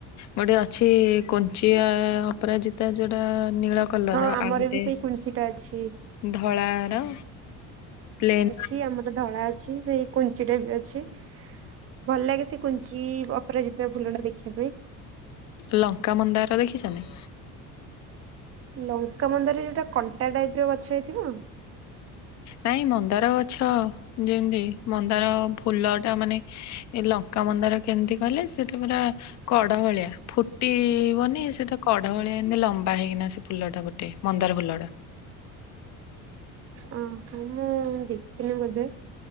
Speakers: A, on the left (about 60°); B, on the right (about 45°).
A: ଗୋଟେ ଅଛି କୋଞ୍ଚିଆ ଅପରାଜିତା ଯୋଉଟା ନୀଳ କଲର
B: ହଁ ଆମର
A: ଆଉ ଗୋଟେ
B: ବି ସେଇ କୁଞ୍ଚିଟା ଅଛି।
A: ଧଳା ର ପ୍ଲେନ୍
B: କି ଆମର ଧଳା ଅଛି ସେଇ କୁଞ୍ଚି ଟାଇପ୍ ର ଅଛି। ଭଲ ଲାଗେ ସେ କୁଞ୍ଚି ଅପରାଜିତା ଫୁଲ ଟା ଦେଖିବା ପାଇଁ।
A: ଲଙ୍କା ମନ୍ଦାର ଦେଖିଛନ୍ତି।
B: ଲଙ୍କା ମନ୍ଦାର ଯୋଉଟା କଣ୍ଟା ଟାଇପ ର ଗଛ ହେଇଥିବ।
A: ନାଇଁ ମନ୍ଦାର ଗଛ ଯେମିତି ମନ୍ଦାର ଫୁଲ ଟା ମାନେ ଏ ଲଙ୍କା ମନ୍ଦାର କେମିତି କଲେ ସେତ ପୁରା କଢ଼ ଭଳିଆ ଫୁଟିବନି ସେଟା କଢ଼ ଭଳିଆ ଏମତି ଲମ୍ବା ହେଇକିନା ସେ ଫୁଲଟା। ଟେ ମନ୍ଦାର ଫୁଲଟା
B: ଆ ହଁ ମୁଁ ଦେଖିନି ବୋଧେ।